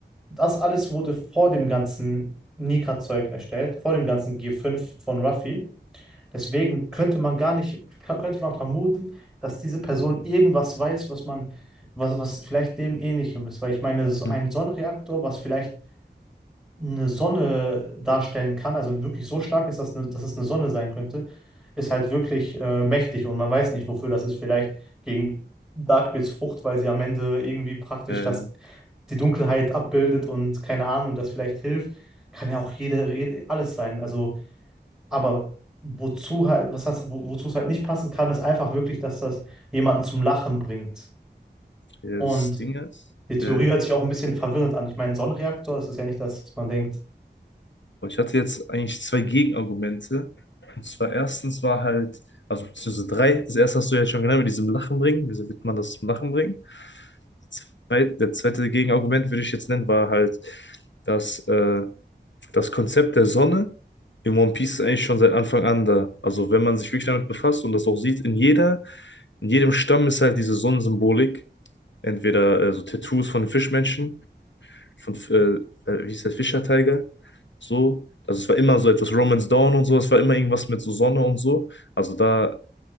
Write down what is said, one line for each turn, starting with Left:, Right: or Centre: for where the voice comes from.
Centre: das alles wurde vor dem ganzen Nika-Zeug erstellt, vor dem ganzen g fünf von Ruffy. Deswegen könnte man gar nicht, könnte man vermuten, dass diese Person irgendwas weiß, was man, was, was vielleicht dem Ähnlichem ist. Weil ich meine, so
Left: Mhm.
Centre: ein Sonnenreaktor, was vielleicht eine Sonne darstellen kann, also wirklich so stark ist, dass, eine, dass es eine Sonne sein könnte, ist halt wirklich äh, mächtig und man weiß nicht, wofür das ist. Vielleicht gegen Darkbeets Frucht, weil sie am Ende irgendwie praktisch
Left: Äh,
Centre: das, die Dunkelheit abbildet und keine Ahnung, das vielleicht hilft. Kann ja auch jede, alles sein. Also aber wozu halt, was heißt, wo- wozu es halt nicht passen kann, ist einfach wirklich, dass das jemanden zum Lachen bringt.
Left: ja,
Centre: Und
Left: das Ding ist,
Centre: die Theorie
Left: äh,
Centre: hört sich auch ein bisschen verwirrend an. Ich meine, Sonnenreaktor, das ist ja nicht das, was man denkt.
Left: Aber ich hatte jetzt eigentlich zwei Gegenargumente. Und zwar erstens war halt, also beziehungsweise drei, das erste hast du ja schon genannt, mit diesem Lachen bringen. Wieso wird man das zum Lachen bringen? Die zweit- Der zweite Gegenargument würde ich jetzt nennen, war halt, dass äh, das Konzept der Sonne in One Piece ist eigentlich schon seit Anfang an da. Also wenn man sich wirklich damit befasst und das auch sieht, in jeder, in jedem Stamm ist halt diese Sonnensymbolik, entweder äh, so Tattoos von den Fischmenschen von, äh, äh, wie hieß der, Fischer Tiger, so. Also es war immer so etwas Romance Dawn und so, es war immer irgendwas mit so Sonne und so. Also da